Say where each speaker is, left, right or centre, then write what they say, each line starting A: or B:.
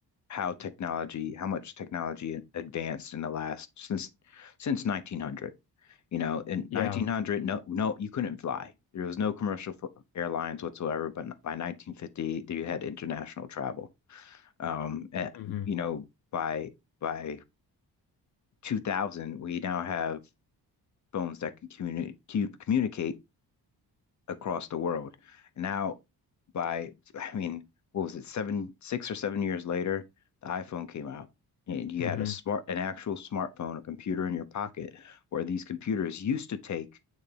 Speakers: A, on the left; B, on the left.
A: how technology, how much technology advanced in the last since since 1900. You know, in
B: Yeah.
A: 1900, no, no, you couldn't fly. There was no commercial airlines whatsoever. But by 1950, you had international travel. Um, and
B: hmm
A: you know, by by 2000, we now have phones that can communi communicate across the world. Now, by, I mean, what was it, seven, six or seven years later, the iPhone came out. And you
B: hmm
A: had a smart, an actual smartphone, a computer in your pocket, where these computers used to take